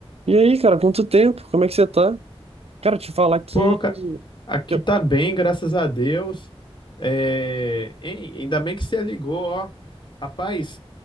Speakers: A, on the right; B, on the left.
A: E aí, cara, quanto tempo? Como é que você tá? Cara, te falar que
B: Pô, ca- aqui
A: eu-
B: tá bem, graças a Deus. É, hein, ainda bem que você ligou, ó. Rapaz,